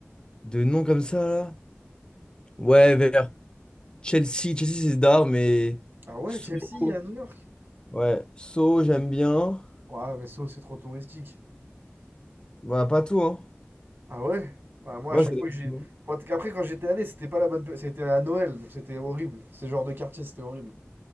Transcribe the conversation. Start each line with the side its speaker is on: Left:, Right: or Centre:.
Left: de noms comme ça là. Ouais, vers Chelsea. Chelsea, c'est d'art, mais.
Right: Ah ouais,
Left: Soho.
Right: Chelsea à New York?
Left: Ouais, Soho, j'aime bien.
Right: Ouais, mais ça, c'est trop touristique.
Left: Bah, pas tout, hein.
Right: Ah ouais? Ouais, moi,
Left: Ouais,
Right: à chaque
Left: ça dépend.
Right: fois que j'ai. Moi, t- Après, quand j'étais allé, c'était pas la bonne. pe- C'était à Noël, donc c'était horrible. Ce genre de quartier, c'était horrible.